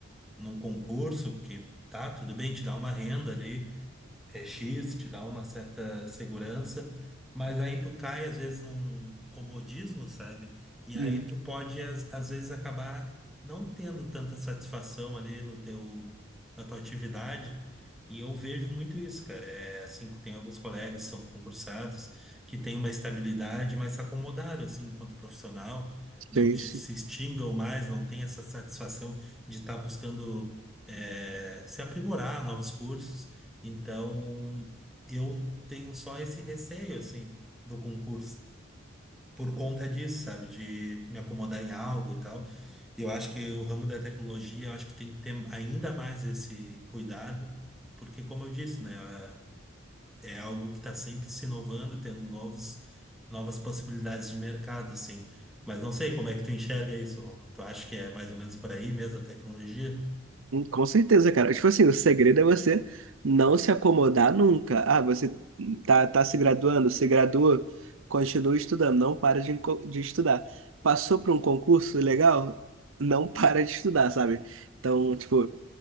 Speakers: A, in the centre; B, on the right.
A: num concurso que tá, tudo bem, te dá uma renda ali é X, te dá uma certa segurança, mas aí tu cai às vezes num comodismo, sabe? E aí
B: Hum.
A: tu pode às, às vezes acabar não tendo tanta satisfação ali no teu na tua atividade. E eu vejo muito isso, cara. É assim, tem alguns colegas que são concursados que têm uma estabilidade, mas se acomodaram assim enquanto profissional, não
B: Sim,
A: es-
B: sim.
A: se extingam mais, não tem essa satisfação de estar buscando eh, se aprimorar novos cursos. Então, eu tenho só esse receio, assim, do concurso, por conta disso, sabe, de me acomodar em algo e tal. Eu acho que o ramo da tecnologia, eu acho que tem que ter ainda mais esse cuidado, porque, como eu disse, né, é é algo que está sempre se inovando, tendo novos, novas possibilidades de mercado, assim. Mas não sei como é que tu enxerga isso, Romulo. Tu acha que é mais ou menos por aí mesmo a tecnologia?
B: Hum, Com certeza, cara. Tipo assim, o segredo é você não se acomodar nunca. Ah, você tá, tá se graduando, se graduou, continua estudando, não para de, enco- de estudar. Passou por um concurso legal, não <laughs> para de estudar, sabe? Então, tipo,